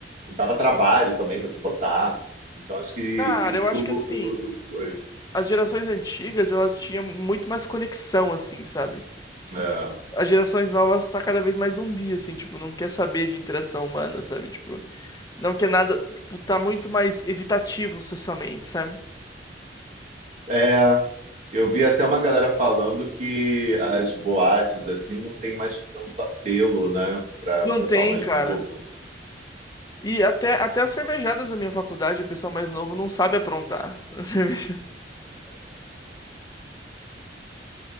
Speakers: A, on the right; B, on the left.
A: dava trabalho também para se botar. Então acho que
B: Cara,
A: isso
B: eu acho que assim,
A: foi.
B: as gerações antigas, elas tinham muito mais conexão, assim, sabe?
A: É.
B: As gerações novas tá cada vez mais zumbi, assim, tipo, não quer saber de interação humana, sabe? Tipo, não quer nada, tipo, tá muito mais evitativo socialmente, sabe?
A: É, eu vi até uma galera falando que as boates assim não tem mais tanto apelo, né, para
B: Não
A: o pessoal
B: tem,
A: mais
B: cara.
A: novo.
B: E até, até as cervejadas da minha faculdade, o pessoal mais novo não sabe aprontar. a Cerveja.